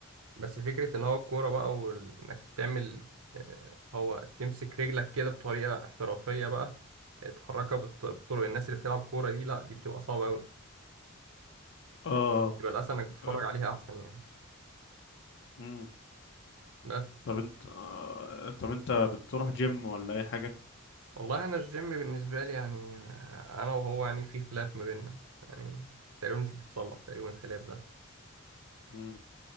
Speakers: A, on the right; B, on the left.
A: بس فكرة إن هو الكورة بقى وإنك تعمل آه، هو تمسك رجلك كده بطريقة احترافية بقى آه، تحركها بالط- بطرق الناس اللي بتلعب كورة دي لأ دي بتبقى صعبة أوي
B: اه
A: يبقى الأحسن إنك تتفرج
B: آه،
A: عليها أحسن يعني
B: امم
A: بس
B: طب انت آه، طب انت بتروح جيم ولا اي حاجه
A: والله أنا الجيم بالنسبة لي يعني آه، أنا وهو يعني في خلاف ما بيننا يعني تقريبا مش بيتصلح تقريبا الخلاف ده
B: امم